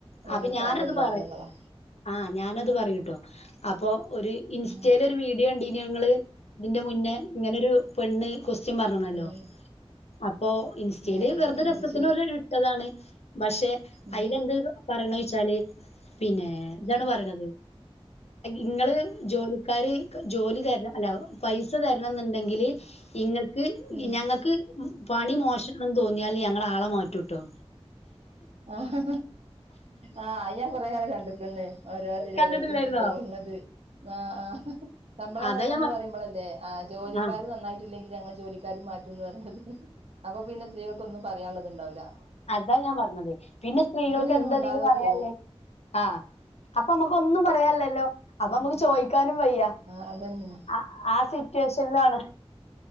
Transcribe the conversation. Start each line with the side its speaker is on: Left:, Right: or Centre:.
Right: വല്യൊരു
Left: അപ്പൊ ഞാനത്
Right: പണിയല്ല
Left: പറയും
Right: എന്നുള്ളതാ
Left: ആഹ് ഞാനത് പറയൂട്ടോ അപ്പൊ ഒരു ഇൻസ്‌റ്റേൽ
Right: ഉം
Left: ഒരു വീഡിയോ ക ഇതിന്റെ മുന്നേ ഇങ്ങനൊരു പെണ്ണ് കൊ <unintelligible> പറഞ്ഞണല്ലോ
Right: ഉം
Left: അപ്പോ ഇൻസ്റ്റയില്
Right: ഞാൻ
Left: <unintelligible>
Right: ശ്രദ്ധിച്ചില്ല
Left: പക്ഷെ
Right: ഉം
Left: അ <unintelligible> പറയണ വെച്ചാല് പിന്നെ ഇതാണ്
Right: ഉം
Left: പറയണത് ഇങ്ങള് ജോലിക്കാര് ജോലി തരണം അല്ല പൈസ തരണന്നുണ്ടെങ്കില് ഇങ്ങക്ക്
Right: ഉം
Left: ഞങ്ങൾക്ക് പണി മോശണംന്ന് തോന്നിയാൽ ഞങ്ങള ആളെ മാറ്റുട്ടോ
Right: ആഹ് ആഹ് ഞാൻ കൊറെ ആള കണ്ടക്ക് <unintelligible>
Left: കണ്ടിട്ടില്ലായിരുന്നോ
Right: പോകണത് ആഹ് ആഹ് ശമ്പളം
Left: അതാ
Right: വേണെന്ന്
Left: ഞാൻ
Right: പറയുമ്പോളല്ലേ ആഹ് ജോലിക്കാര്
Left: ആഹ്
Right: നന്നായിട്ട് ല്ലെങ്കിൽ ഞങ്ങൾ ജോലിക്കാ മാറ്റുന്ന് വരണ്ടത് അപ്പൊ പിന്നെ സ്ത്രീകൾക്കൊന്നും പറയാനുള്ളത്തുണ്ടാവില്ല
Left: അതാ ഞാൻ പറഞ്ഞത് പിന്നെ സ്ത്രീകൾക്ക്
Right: പിന്നെ
Left: എന്താ
Right: മിണ്ടാതെ
Left: അതിലും പറയല്ലേ
Right: പോവും
Left: ആഹ് അപ്പൊ നമ്മുക്ക് ഒന്നും പറയാല്ലല്ലോ അപ്പൊ
Right: ഉം
Left: നമ്മുക്ക് ചോയ്ക്കാനും വയ്യ
Right: ആ അതന്നെ
Left: ആഹ് ആഹ് സിറ്റുവേഷനിലാണ്